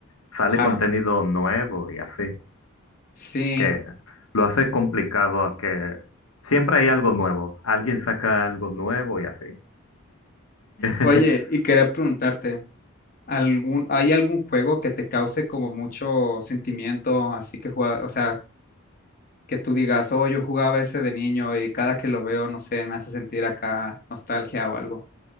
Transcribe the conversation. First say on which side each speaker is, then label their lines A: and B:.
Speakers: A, on the left; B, on the left.
A: sale
B: Claro.
A: contenido nuevo y así,
B: Sí.
A: que lo hace complicado a que siempre hay algo nuevo, alguien saca algo nuevo y así. <laughs>
B: Oye, y quería preguntarte, ¿algún, hay algún juego que te cause como mucho sentimiento, así que juega, o sea, que tú digas, oh, yo jugaba ese de niño y cada que lo veo, no sé, me hace sentir acá nostalgia o algo?